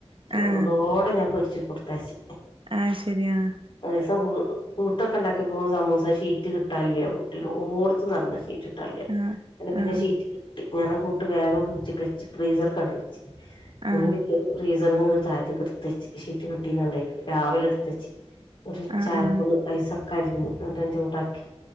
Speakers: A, on the left; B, on the right.
A: ചൂടോടെ
B: ആഹ്
A: ഞാൻ പൊരിച്ച് കൊടുത്തായച്ച്.
B: ആഹ് ശരിയാണ്
A: ഒരീസം കൂട്ടൊക്കെ ണ്ടാക്കി പോകും സമൂസക്കെ ഷീറ്റ് കിട്ടാല്ല്യ വീട്ടിലോ ഓടത്ത് നടന്ന് ഷീറ്റ് കിട്ടാല്ല്യ.
B: ആഹ്
A: അങ്ങനെ പിന്നെ
B: ആഹ്
A: ഷീറ്റ് ക ഞാന ആ കൂട്ട് വേഗം കുടിച്ച കഴിച്ച് ഫ്രീസർ കൻങ്ങട് വെച്ച്
B: ആഹ്
A: ഒന്ന് ഫ്രീസറിന്ന്ങ്ങട്ട് തായത്തക്ക് ട്ത്ത്ച്ച് ഷീറ്റ് കിട്ടിന്നണ്ടയ്ക്ക് രാവിലെ എടുത്തച്ച് ഒരു
B: ആഹ്
A: ച
B: ആഹ്
A: ഐസൊക്ക അലിഞ്ഞു ന്നട്ടാണ്ട് ചൂടാക്കി